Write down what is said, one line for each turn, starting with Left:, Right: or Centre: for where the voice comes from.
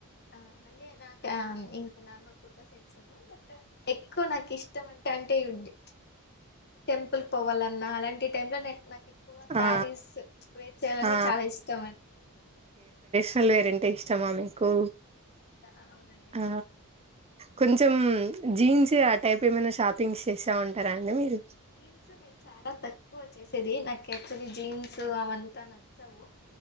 Left: ఆ మల్లి నా ఆ ఇ నార్మల్ కొత్త సెట్స్ ను బట్ ఎక్కువ నాకు ఇష్టం అంటే అంటే ఉంది టెంపుల్ పోవాలన్నా అలాంటి టైమ్లో నాకు ఎక్కువ శారీస్
Right: ఆ
Left: వయిట్ చేయాలని
Right: ఆ
Left: చాలా ఇష్టం అండి
Right: నల్వేరెంటి కొంచమా మీకు
Left: అవునండి.
Right: ఆ కొంచెం
Left: హ్మ్.
Right: జీన్స్ తే ఆ టైప్ ఏమైనా షాపింగ్ చేస్తా ఉంటారా అండి మీరు
Left: జీన్స్ నేను చాలా తక్కువ వచ్చే చేది నాక్చులీ జీన్స్ అవంతా నచ్చవు